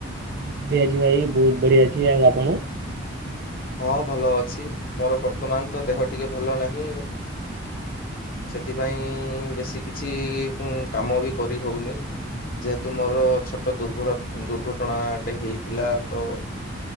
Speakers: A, on the right; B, on the left.
A: ମୁଁ ବି ଆଜି ଭାଇ ବହୁତ ବଢିଆ ଅଛି। ଆଉ ଆପଣ?
B: ହଁ ଭଲ ଅଛି, ମୋର ବର୍ତ୍ତମାନ ତ ଦେହ ଟିକେ ଭଲ ନାହିଁ। ସେଥିପାଇଁ ବେଶୀ କିଛି କାମ ବି କରି ହଉନି। ଯେହେତୁ ମୋର, ଛୋଟ ଦୁର୍ଘ ଦୁର୍ଘଟଣାଟେ ହେଇଥିଲା। ତ